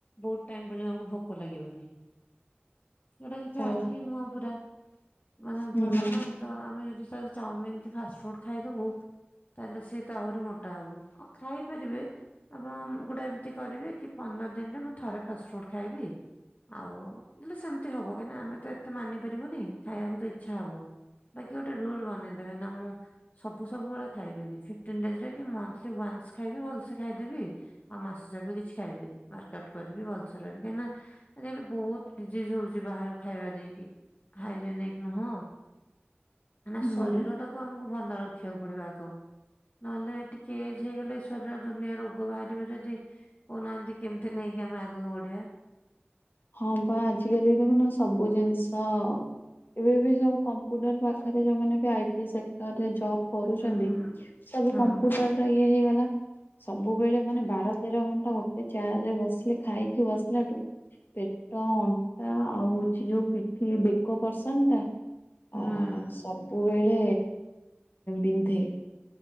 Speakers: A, on the left (about 40°); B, on the left (about 60°).
A: ବହୁତ ଟାଇମ୍ ପର୍ଯ୍ୟନ୍ତ ଆମକୁ ଭୋକ ଲାଗିବନି ଯଉଟା କି <unintelligible>
B: ଓ
A: ଠିକ୍ ନୁହଁ ପୁରା। ମାନେ
B: ହୁଁ
A: ଭଲ ନା ତ ଆମେ ଯଦି ସାର୍ ଚାଉମିିନ୍ କି ଫାଷ୍ଟଫୁଡ୍ ଖାଇଦବୁ ତାହେଲେ ସିଏ ତ ଆହୁରି ମୋଟା ହବ ଆଉ <unintelligible> ଖାଇ ପାରିବେ ଆପଣ ଗୋଟେ ଏମିତି କରିବେ କି ପନ୍ଦର୍ ଦିନରେ ମୁଁ ଥରେ ଫାଷ୍ଟଫୁଡ୍ ଖାଇବି ଆଉ ହେଲେ ସେମିତି ହବ କାଇଁକି ନା ଆମେ ତ ଏତେ ମାନି ପାରିବୁନି ଖାଇବାକୁ ତ ଇଚ୍ଛା ହବ। ବାକି ଗୋଟେ ରୁଲ୍ ବନେଇଦେବେ ନା ମୁଁ ସବୁ ସବୁବେଳେ ଖାଇବେନି ଫିପ୍ଟିନ୍ ଡେଜ୍ ରେ କି ମନ୍ଥଲି ୱାନ୍ସ୍ ଖାଇବେ ଭଲ୍ ସେ ଖାଇଦେବି ଆଉ ମାସ ଯାକ କିଛି ଖାଇବିନି ୱାର୍କ ଆଉଟ୍ କରିବି ଭଲସେ ରହିବି କାଇଁ ନା ଆଜି କାଲି ବହୁତ ଡିଜିଜ୍ ହଉଚି ବାହାରୁ ଖାଇବା ନେଇକି। ହାଇଜେନିକ୍ ନୁହଁ କାଇଁ ନା
B: ହୁଁ
A: ଶରୀର ଟ କୁ ଆମକୁ ଭଲ ରଖିବାକୁ ପଡିବ ଆଗ ନହେଲେ ଟିକେ ଏଜ୍ ହେଇଗଲେ ଶରୀର ଦୁନିଆ ରୋଗ ବାହାରିବ ଯଦି କହୁନାହାନ୍ତି କେମିତି ନେଇକି ଆମେ ଆଗକୁ ବଢିବା।
B: ହଁ ପା ଆଜି କାଲି ଦେଖୁନ ସବୁ ଜିନିଷ ଏବେ ବି ସବୁ କମ୍ପୁଟର ପାଖେରେ ଯଉମାନେ ବି ଆଇଟି ସେକ୍ଟରରେ ଜବ୍ କରୁଚନ୍ତି
A: ହୁଁ ହୁଁ
B: ସବୁ
A: ହଁ।
B: କମ୍ପୁଟର ର ଇଏ ହେଇଗଲା ସବୁବେଳେ ମାନେ ବାର ତେର ଘଣ୍ଟା ଗୋଟେ ଚେୟାର୍ ରେ ବସିଲେ ଖାଇକି ବସିଲାଠୁ ପେଟ, ଅଣ୍ଟା ଆଉ ହଉଚି ଯଉ ପିଠି ବେକ ପର୍ସନ୍ ଟା
A: ହୁଁ
B: ଆ- ସବୁବେଳେ ବିନ୍ଧେ।